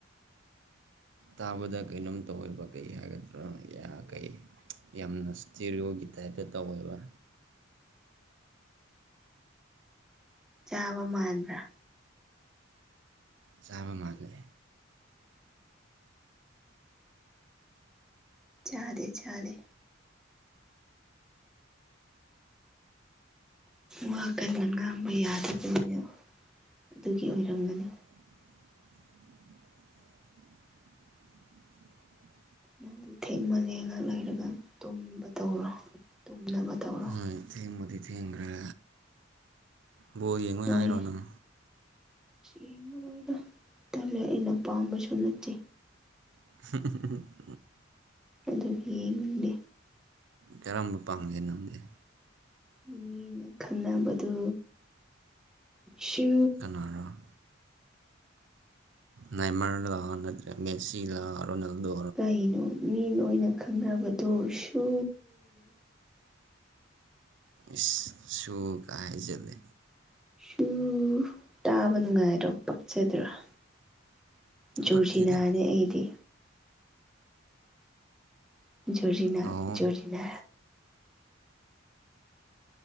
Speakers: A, on the right; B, in the centre.
A: ꯇꯥꯕꯗ ꯀꯩꯅꯣꯝ ꯇꯧꯋꯦꯕ ꯀꯩ ꯍꯥꯏꯒꯗ꯭ꯔꯣ ꯌꯥ ꯀꯩ ꯌꯥꯝꯅ ꯏꯁꯇꯦꯔꯤꯑꯣꯒꯤ ꯇꯥꯏꯞꯇ ꯇꯧꯋꯦꯕ
B: ꯆꯥꯕ ꯃꯥꯟꯕ꯭ꯔꯥ
A: ꯆꯥꯕ ꯃꯥꯜꯂꯦ
B: ꯆꯥꯗꯦ ꯆꯥꯗꯦ ꯋꯥ ꯀꯟꯅ ꯉꯥꯡꯕ ꯌꯥꯗꯕꯅꯤꯅ ꯑꯗꯨꯒꯤ ꯑꯣꯏꯔꯝꯒꯅꯤ
A: <inaudible>
B: ꯅꯪꯁꯨ ꯊꯦꯡꯃꯜꯂꯦ ꯉꯍꯥꯛ ꯂꯩꯔꯒ ꯇꯨꯝꯕ ꯇꯧꯔꯣ ꯇꯨꯝꯅꯕ ꯇꯧꯔꯣ
A: ꯍꯣꯏ ꯊꯦꯡꯕꯨꯗꯤ ꯊꯦꯡꯈ꯭ꯔꯦ ꯕꯣꯜ ꯌꯦꯡꯉꯣꯏ
B: ꯅꯣꯏ
A: ꯍꯥꯏꯔꯣ ꯅꯪ
B: ꯌꯦꯡꯉꯔꯣꯏꯗ ꯇꯜꯂꯦ ꯑꯩꯅ ꯄꯥꯝꯕꯁꯨ ꯅꯠꯇꯦ
A: <inaudible>
B: ꯑꯗꯨꯒꯤ ꯌꯦꯡꯅꯤꯡꯗꯦ
A: ꯀꯔꯝꯕ ꯄꯥꯝꯒꯦ ꯅꯪꯗꯤ
B: ꯃꯤꯅ ꯈꯪꯅꯕꯗꯨ ꯁꯨ
A: ꯀꯅꯥꯔꯣ ꯅꯦꯏꯃꯥꯔ ꯂꫭ ꯅꯠꯇ꯭ꯔꯦ ꯃꯦꯁꯤꯂꫭ ꯔꯣꯅꯥꯜꯗꯣ
B: ꯀꯩꯅꯣ ꯃꯤ ꯂꫭꯏꯅ ꯈꯪꯅꯕꯗꯨꯁꯨ
A: ꯏꯁ ꯁꯨ ꯀꯥꯏ ꯍꯥꯏꯖꯤꯜꯂꯦ
B: ꯁꯨ ꯇꯥꯕ ꯅꯨꯡꯉꯥꯏꯗ꯭ꯔꯣ ꯄꯛꯆꯗ꯭ꯔꫭ ꯖꯣꯔꯖꯤꯅꯥꯅꯦ
A: ꯄꯛꯇꯦꯗ
B: ꯑꯩꯗꯤ ꯖꯣꯔꯖꯤꯅ
A: ꯑꯣ
B: ꯖꯣꯔꯖꯤꯅ